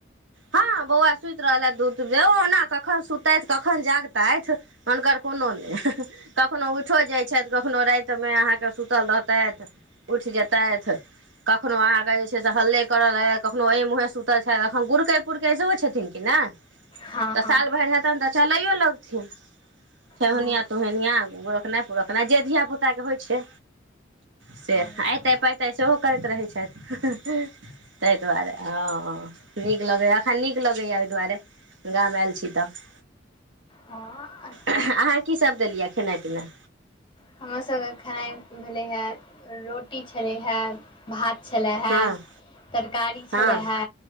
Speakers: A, on the right; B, on the left.
A: हँ बौआ सुति रहलथि दूध बे ओना कखन सुतथि कखन जागतथि हुनकर कोनो नहि कखनो उइठो जाइ छथि कखनो राति समय अहाँके सुतल रहतथि उठि जेतैथ कखनो अहाँके जे छै से हल्ले कर ल कखनो एहि मुंहे सुतल छथि एखन गुरकै पुरकै सेहो छथिन किने एं
B: हँ
A: तऽ
B: हँ
A: साल भरि हेतनि तऽ चलैयो लगथिन ठेहुनिया
B: हँ
A: तोहनिया गुरकनाइ पुरकनाइ जे धियापुताके होइ छै से
B: हँ
A: अयइते पइते सेहो करैत रहैत छथि ताहि दुआरे अ नीक लगैया एखन नीक लगैया ओहि दुआरे गाममे आयल छी तऽ
B: हँ
A: अहाँ कीसभ देलियै खेनाइ पिनाइ
B: हमरासभके खेनाइ भेलै हें रोटी छलै हेँ भात छलय हे
A: हँ
B: तरकारी छलै
A: हँ
B: हे